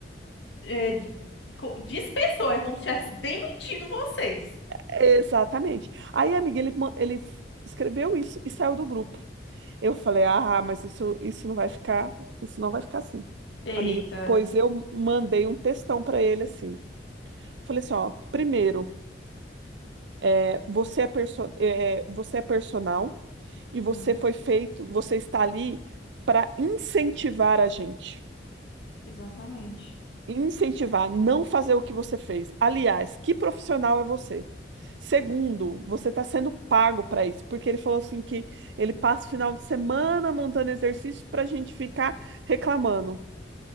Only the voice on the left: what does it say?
é, d- co- dispensou, é como se tivesse demitido vocês.
Eita.
Hum,
exatamente.